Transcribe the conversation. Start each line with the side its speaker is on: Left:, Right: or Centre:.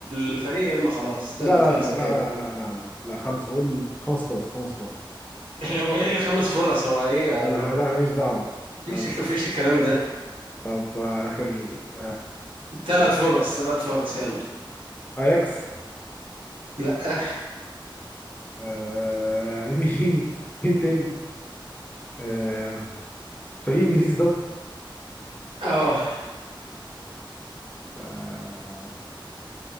Right: الفريق ما خلاص
Left: لا لا
Right: خلص
Left: لا
Right: كده
Left: لا لا لا لا لا لا خمسه قول خمس فرص خمس فرص
Right: هو ايه اللي خمس فرص هو ايه أنا-
Left: لا لا لا ماليش دعوه
Right: مفيش
Left: يلا
Right: مفيش الكلام ده
Left: طب آه، اخر آه...
Right: ثلاث
Left: آه، آه،
Right: فرص ثلاث فرص يلا
Left: اياكس
Right: لا
Left: آه... <laughs> مين مين تاني آه، فريق انجليزي طب
Right: اه
Left: آه،